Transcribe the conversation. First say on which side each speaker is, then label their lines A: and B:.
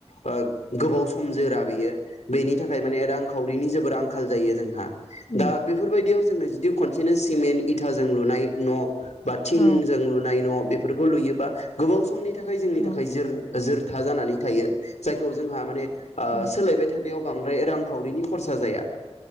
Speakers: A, on the left; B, on the left.
A: ओ गोबाव सम जोरा बेयो बेनि थाख खाय माने रां खावरिनि जोबोर आं खाल जायो जोंहा
B: उम
A: दा बेफोरबायदियाव जोङो जुदि खनसेनो सिमेन्ट इथाजों लुनाय न बा थिंजों
B: औ
A: लुनाय न बे फोरखौ लुयोबा गोबाव समनि थाखाय थाखाय जोंनि
B: उम
A: थाखाय जोर जोरथा जानानै थायो जायखौ जोंहा माने ओ
B: उम
A: सोलायबाय थानो बेयाव बांद्राय रांखावरिनि खरसा जया